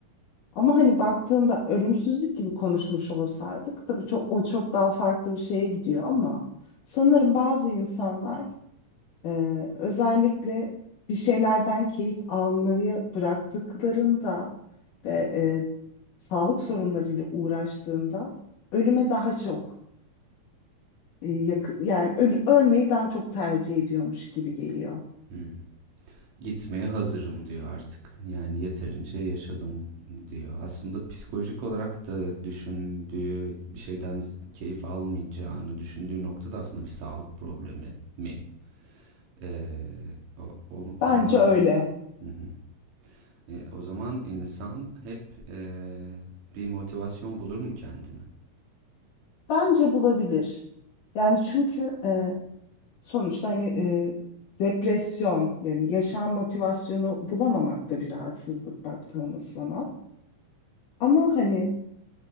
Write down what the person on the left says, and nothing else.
Ama hani baktığında ölümsüzlük gibi konuşmuş olsaydık tabii çok o çok daha farklı bir şeye gidiyor ama sanırım bazı insanlar e, özellikle bir şeylerden keyif almayı bıraktıklarında ve e, sağlık sorunlarıyla uğraştığında ölüme daha çok e, yakı- yani öl- ölmeyi daha çok tercih ediyormuş gibi geliyor.
Bence
öyle.
Bence bulabilir. Yani çünkü e, sonuçta hani e, depresyon yani yaşam motivasyonu bulamamak da bir rahatsızlık baktığımız zaman. Ama hani